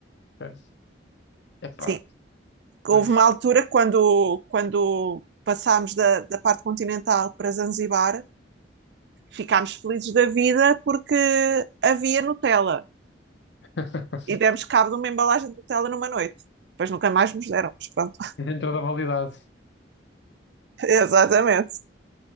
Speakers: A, on the left; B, on the right.
A: ok. Epá,
B: Sim, houve
A: pois.
B: uma altura quando, quando passámos da, da parte continental para Zanzibar, ficámos felizes da vida porque havia Nutella
A: <laughs>
B: e demos cabo de uma embalagem de Nutella numa noite. Depois nunca mais nos deram, mas pronto.
A: E dentro da validade.
B: <laughs> Exatamente,